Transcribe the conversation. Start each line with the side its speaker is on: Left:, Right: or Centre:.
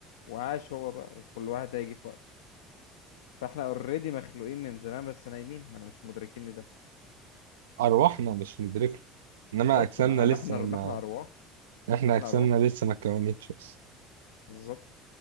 Left: وعاش هو بقى وكل واحد هيجي في وقته فاحنا اوريدي مخلوقين من زمان بس نايمين ما انا مش مدركين ده
Right: ارواحنا مش مدركه انما
Left: بالظبط
Right: اجسامنا
Left: ما
Right: لسه
Left: ما احنا ما
Right: ما
Left: احنا أرواح
Right: احنا
Left: ما احنا
Right: اجسامنا
Left: أرواح
Right: لسه ما اتكونتش
Left: بالظبط